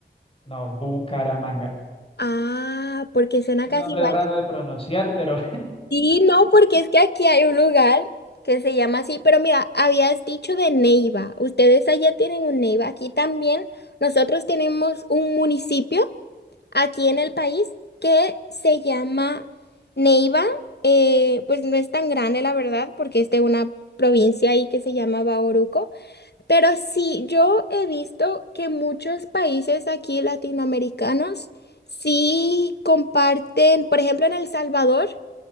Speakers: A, on the left (about 30°); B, on the left (about 60°).
A: No, Bucaramanga.
B: Ah, porque suena
A: Es un
B: casi
A: nombre
B: igual.
A: raro de pronunciar, pero
B: Sí, no, porque es que aquí hay un lugar que se llama así, pero mira, habías dicho de Neiva. Ustedes allá tienen un Neiva. Aquí también nosotros tenemos un municipio aquí en el país que se llama Neiva. Eh, pues no es tan grande, la verdad, porque es de una provincia ahí que se llama Bauruco. Pero sí, yo he visto que muchos países aquí latinoamericanos sí comparten, por ejemplo, en El Salvador,